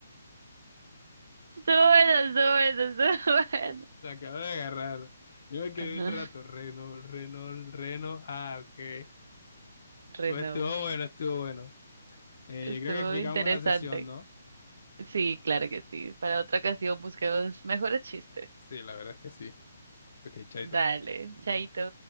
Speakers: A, on the right (about 50°); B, on the left (about 45°).
A: Estuvo bueno, estuvo bueno, estuvo <laughs> bueno.
B: Se acaba de agarrar. Yo me quedé
A: Ajá,
B: un rato. Reno, Reno, Reno. Ah, ok.
A: Renault.
B: Pues estuvo bueno, estuvo bueno. Eh,
A: Estuvo
B: yo creo que aquí acabamos
A: interesante.
B: la sesión, ¿no?
A: Sí, claro que sí. Para otra ocasión busquemos mejores chistes.
B: Sí, la verdad es que sí. Ok, chaito.
A: Dale, chaito.